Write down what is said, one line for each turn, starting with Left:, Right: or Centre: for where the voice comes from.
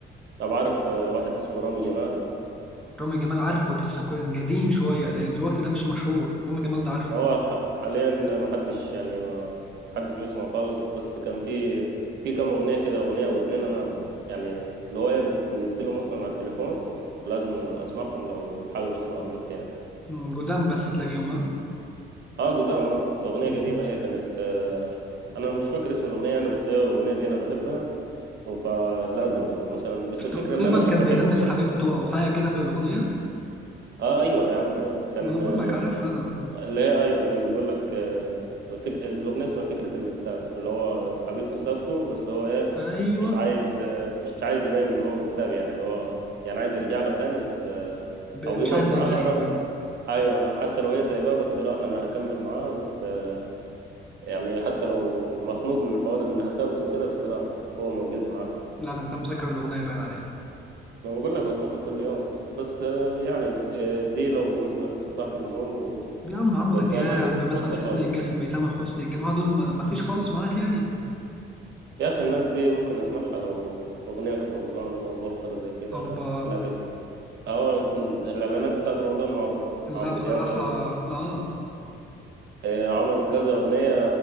Right: طب عارف آه، واحد اسمه رامي جمال
Centre: رامي جمال عارفه بس كان قديم شويه لان دلوقتي ده مش مشهور رامي جمال ده عارفه
Right: ما هو ح- حاليا ما حدش يعني ما حدش بيسمع خالص بس كان في في كام اغنيه كده اغنيه او اتنين انا ب- يعني اللي هو ايه منزلهم مثلا على التليفون ولازم اسمعهم لو حابب اسمع رومانسي يعني
Centre: م، قدام بس تلاقيهم
Right: اه قدام اه اغنيه
Centre: ها
Right: قديمه هي كانت آه انا مش فاكر اسم الاغنيه يعني بس هي الاغنيه دي انا بحبها فلازم لو مثلا بس الفكره
Centre: تقريبا
Right: ان انا مش
Centre: كان
Right: بحس
Centre: بيغني لحبيبته او حاجه كده في الاغنيه
Right: اه ايوه يا عم ايوه كان
Centre: ما انا بقول
Right: آه،
Centre: لك عارفها انا
Right: اللي هي ايوه كان بيقول لك آه، فك... الاغنيه اسمها فكره المتساب اللي هو حبيبته سابته بس هو ايه
Centre: ايوه
Right: مش عايز آه، مش عايز يبين ان هو متساب يعني اللي هو يعني عايز يرجع لها تاني بس آه،
Centre: ب- مش
Right: او يقعد
Centre: عايز
Right: معاها
Centre: يبين
Right: رغم
Centre: بقى
Right: ايوه حتى لو هي سايباه بس لا انا هكمل معاها بس آه، يعني حتى لو مخنوق من حوار انها سابته وكده بس لا هو موجود معاها
Centre: لا ده انت مذاكر الاغنيه باين عليك
Right: ما بقول لك بسمعها كل يوم بس آه، يعني آه، دي لو مثلا لسه صاحي من النوم و...
Centre: يا عم عمرو
Right: ودماغي
Centre: دياب مثلا
Right: فاصله
Centre: حسين
Right: خالص
Centre: الجسمي تامر حسني الجماعه دول ما ما فيش خالص معاك يعني
Right: يا اخي الناس دي ممكن اسمعها لو اغنيه في رمضان انا وبفطر زي كده
Centre: اوبا
Right: تلاقي ال- اهو الاعلانات بتاعت رمضان معروفه
Centre: لا
Right: عمرو
Centre: بصراحه
Right: دياب لازم
Centre: اه
Right: آه، عمل كذا اغنيه